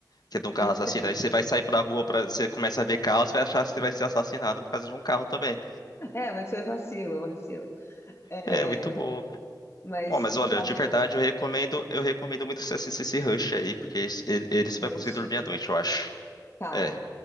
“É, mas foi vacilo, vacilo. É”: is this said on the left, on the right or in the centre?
Left